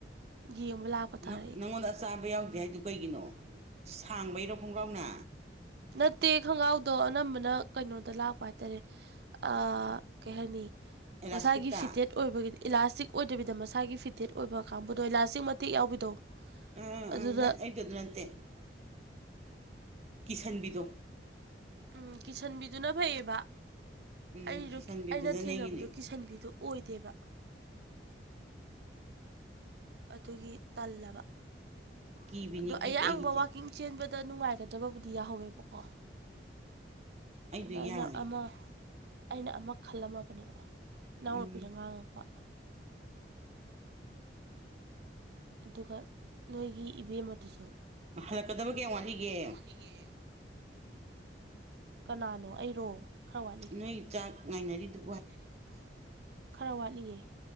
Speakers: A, on the right; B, on the right.
A: ꯌꯦꯡꯕ ꯂꯥꯛꯄ ꯇꯥꯔꯦ
B: ꯅꯪ
A: ꯑꯩ
B: ꯅꯪꯉꯣꯟꯗ ꯑꯆꯥꯕ ꯌꯥꯎꯗꯦ ꯍꯥꯏꯗꯨ ꯀꯩꯒꯤꯅꯣ ꯁꯥꯡꯕꯩꯔꯣ ꯈꯣꯡꯒ꯭ꯔꯥꯎꯅ
A: ꯅꯠꯇꯦ ꯈꯣꯡꯒ꯭ꯔꯥꯎꯗꯣ ꯑꯅꯝꯕꯅ ꯀꯩꯅꯣꯗ ꯂꯥꯛꯄ ꯍꯥꯏꯇꯥꯔꯦ ꯑꯥ ꯀꯩ ꯍꯥꯏꯅꯤ
B: ꯑꯦꯂꯥꯁꯇꯤꯛꯇ
A: ꯃꯁꯥꯒꯤ ꯐꯤꯇꯦꯠ ꯑꯣꯏꯕꯒꯤ ꯏꯂꯥꯁꯇꯤꯛ ꯑꯣꯏꯗꯕꯤꯗ ꯃꯁꯥꯒꯤ ꯐꯤꯇꯦꯠ ꯑꯣꯏꯕ ꯀꯥꯡꯕꯨꯗꯣ ꯏꯂꯥꯁꯇꯤꯛ ꯃꯇꯦꯛ ꯌꯥꯎꯕꯤꯗꯣ
B: ꯎꯝ
A: ꯑꯗꯨꯗ
B: ꯎꯝ ꯑꯩꯗꯤ ꯑꯩꯗꯨ ꯅꯠꯇꯦ ꯀꯤꯁꯟꯕꯤꯗꯣ
A: ꯎꯝ ꯀꯤꯁꯟꯕꯤꯗꯨꯅ ꯐꯩꯌꯦꯕ
B: ꯎꯝ
A: ꯑꯩꯗꯨ
B: ꯀꯤꯁꯟꯕꯤꯗꯨꯗꯅꯦ
A: ꯑꯩꯅ ꯊꯦꯡꯅꯕꯗꯣ
B: ꯑꯩꯒꯤꯗꯤ
A: ꯀꯤꯁꯟꯕꯤꯗꯨ ꯑꯣꯏꯗꯦꯕ ꯑꯗꯨꯒꯤ ꯇꯜꯂꯕ
B: ꯀꯤꯕꯤꯅꯤ
A: ꯑꯗꯣ
B: ꯀꯤꯕꯤ
A: ꯑꯌꯥꯡꯕ
B: ꯑꯩꯒꯤꯗꯤ
A: ꯋꯥꯛꯀꯤꯡ ꯆꯦꯟꯕꯗ ꯅꯨꯡꯉꯥꯏꯒꯗꯕꯕꯨꯗꯤ ꯌꯥꯍꯧꯋꯦꯕꯀꯣ
B: ꯑꯩꯗꯣ
A: ꯑꯗ
B: ꯌꯥꯡꯉꯦ
A: ꯑꯩꯅ ꯑꯃ ꯑꯩꯅ ꯑꯃ ꯈꯜꯂꯝꯃꯕꯅꯦꯕ ꯏꯅꯥꯎꯅꯨꯄꯤꯅ
B: ꯎꯝ
A: ꯉꯥꯡꯉꯛꯄ ꯑꯗꯨꯒ ꯅꯣꯏꯒꯤ ꯏꯚꯦꯝꯃꯗꯨꯁꯨ
B: ꯍꯜꯂꯛꯀꯗꯕ ꯀꯌꯥꯝ ꯋꯥꯠꯂꯤꯒꯦ
A: ꯒꯦ ꯀꯅꯥꯅꯣ ꯑꯩꯔꯣ ꯈꯔ ꯋꯥꯠꯂꯤ
B: ꯅꯣꯏ ꯆꯥꯛ ꯉꯥꯏꯅꯔꯤꯗꯨꯕꯨ ꯍꯥꯏ
A: <inaudible> ꯈꯔ ꯋꯥꯠꯂꯤꯌꯦ